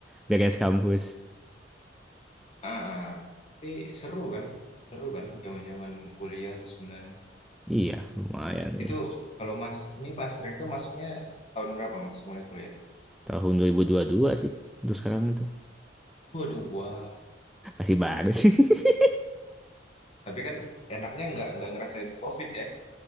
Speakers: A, in the centre; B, on the left (about 35°).
A: beres kampus
B: Ah, ah. tapi seru kan? Seru kan zaman-zaman kuliah tuh sebenarnya.
A: iya lumayan nih
B: Itu kalau Mas ini pas Reka masuknya tahun berapa Mas mulai kuliah?
A: tahun dua ribu dua puluh dua sih untuk sekarang itu
B: Dua-dua.
A: masih baru sih <laughs>
B: Tapi kan enaknya nggak nggak ngerasain COVID ya